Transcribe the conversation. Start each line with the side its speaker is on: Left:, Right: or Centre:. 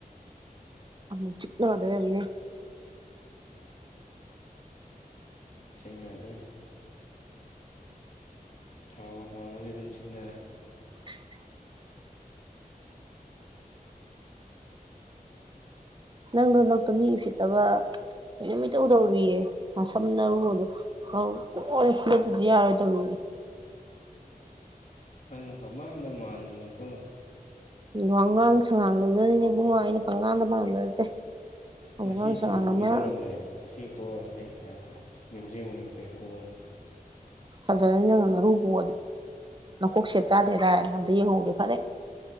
Right: ꯑꯃꯨꯛ ꯆꯤꯛꯅꯗꯣꯏ ꯑꯣꯏꯔꯝꯅꯤ
Left: ꯅꯗꯣꯏꯅꯤ ꯁꯥꯎꯕꯨ ꯁꯥꯎꯅꯨꯍꯦ ꯑꯗꯨꯗꯤ ꯑꯗꯨꯝ ꯆꯤꯛꯅꯔꯦ
Right: <inaudible> <unintelligible> ꯅꯪꯗꯣ ꯅꯛꯇꯣ ꯃꯤ ꯎꯁꯤꯠꯇꯕ ꯀꯩꯅꯣꯝꯃ ꯏꯇꯧ ꯇꯧꯔꯤꯌꯦ ꯅꯁꯝ ꯅꯔꯨꯗꯣ ꯑꯧ ꯀꯣꯏꯔ ꯐꯣꯏꯗꯠꯇꯗꯤ ꯌꯥꯔꯣꯏꯗꯧꯔꯤꯌꯦ
Left: ꯅꯪꯅ ꯄꯥꯃꯥꯟꯗ ꯃꯥꯟꯕꯅꯤꯀꯣ
Right: ꯋꯥꯉꯥꯡ ꯁꯪꯉꯥꯡꯗꯨꯅꯅꯤꯅꯦ ꯏꯕꯨꯡꯉꯣ ꯑꯩꯅ ꯄꯪꯉꯥꯡꯗ ꯉꯥꯡꯕ ꯅꯠꯇꯦ ꯋꯥꯉꯥꯡ
Left: ꯉꯁꯤ
Right: ꯁꯉꯥꯡ
Left: ꯂꯨ ꯀꯣꯛ
Right: ꯑꯃ
Left: ꯀꯦ ꯇꯧꯔꯝꯕꯅꯦ ꯉꯁꯤ ꯀꯣꯛꯑꯔꯣꯏ ꯑ ꯌꯨꯝꯖꯦꯡꯕ ꯅꯨꯃꯤꯠꯇ ꯑꯣꯏꯅ ꯀꯣꯛꯑꯅꯤ
Right: ꯐꯖꯔꯅꯤ ꯅꯪꯅ ꯅꯔꯨ ꯀꯣꯛꯑꯗꯤ ꯅꯀꯣꯛ ꯁꯦꯞ ꯆꯥꯗꯦꯗꯥꯏ ꯑꯝꯇ ꯌꯦꯡꯍꯧꯒꯦ ꯐꯔꯦ